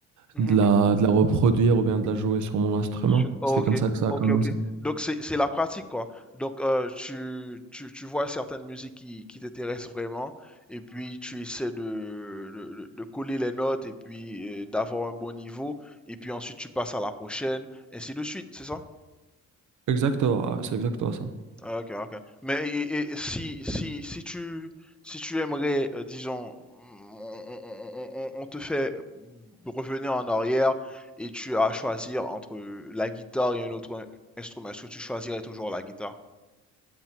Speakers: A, in the centre; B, on the right.
A: mhm,
B: de
A: mhm.
B: la, de la reproduire ou bien de la jouer sur mon instrument.
A: Je- oh,
B: C'est
A: ok,
B: comme ça que ça
A: ok,
B: a commencé.
A: ok. Donc c'est c'est la pratique quoi. Donc euh, tu, tu, tu vois certaines musiques qui, qui t'intéressent vraiment et puis tu essaies de, de, de- de coller les notes et puis euh, d'avoir un bon niveau et puis ensuite tu passes à la prochaine, ainsi de suite, c'est ça?
B: Exactement, ouais, c'est exactement ça.
A: Ah, Ok, ok. Mais et- et- et si, si, si tu, si tu aimerais, euh, disons, on, on- on- on- on te fait revenir en arrière et tu as à choisir entre la guitare et un autre in- instrument, est-ce que tu choisirais toujours la guitare?